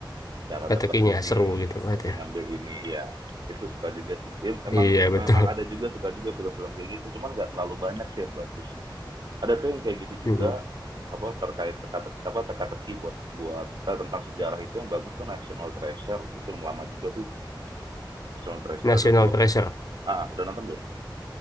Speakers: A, on the right; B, on the left.
A: cara dapat
B: Kata
A: ini
B: seru gitu kan
A: pasti
B: ya.
A: ngambil ini ya itu suka juga sih Ya, emang
B: Iya
A: memang
B: betul.
A: ada juga suka juga film-film kayak gitu cuman nggak terlalu banyak sih yang bagus ada tuh yang kayak gitu
B: <laughs> Mm-mm.
A: juga apa terkait teka-teki apa teka-teki buat buat eh, tentang sejarah itu yang bagus tuh National Treasure itu film lama juga tuh National Treasure
B: National
A: ada dua
B: Treasure
A: filmnya ah udah nonton belum